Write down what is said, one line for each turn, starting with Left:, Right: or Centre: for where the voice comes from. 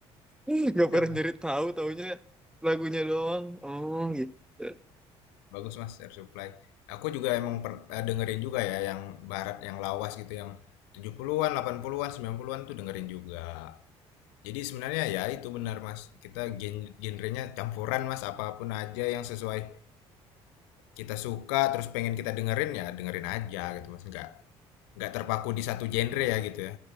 Centre: <laughs> Gak
Left: iya,
Centre: pernah nyari tahu taunya lagunya doang. Oh gitu.
Left: bagus Mas, Air Supply. Aku juga emang per eee, dengerin juga ya yang barat, yang lawas gitu, yang 70-an, delapan 80-an, sembilan 90-an tuh dengerin juga. Jadi sebenarnya ya itu benar Mas, kita gen genrenya campuran Mas, apapun aja yang sesuai kita suka, terus pengen kita dengerin, ya dengerin aja gitu Mas, nggak Nggak terpaku di satu genre ya gitu ya?